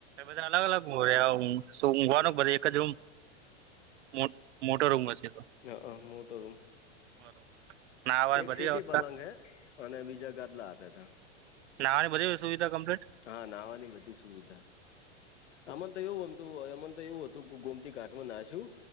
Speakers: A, on the right; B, on the left.
A: બધા અલગ અલગ હ શું ઊઘવાનું બધ એક જ હ મોટો રૂમશે તો
B: હ હ મોટો રૂમ
A: બરોબર નાહવાની
B: એક
A: બધી
B: સિટી
A: વ્યવસ્થા
B: પલંગ હૈ અને બીજા ગાદલા આપ્યા ત
A: નાવાની બધ સુવધા કમ્લેન
B: હા નાવાની બધી સુવિધા આમમાં તો એવુંમ એમ તો એવું હતું કે ગોમતી કાટમાં નાશું